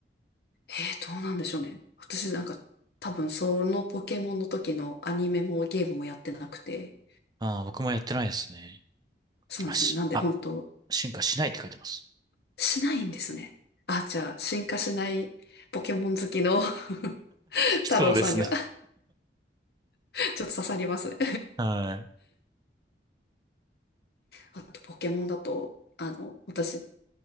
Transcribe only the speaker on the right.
ああ、僕もやってないですね。
あ、し、
あ、進化しないって書いてます。
そうですね。
はい。